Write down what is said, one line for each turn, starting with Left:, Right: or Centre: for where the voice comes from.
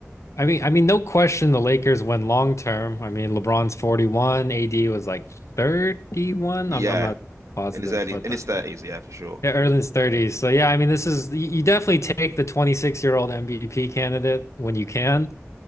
Left: I mean, I mean, no question the Lakers win long term. I mean, LeBron's 41, AD was like 31.
Right: Yeah,
Left: I'm I'm not positive,
Right: in his early
Left: but
Right: in
Left: uh,
Right: his thirties, yeah, for sure.
Left: yeah, Erden's 30s. So yeah, I mean, this is you you definitely take the 26-year-old MVP candidate when you can,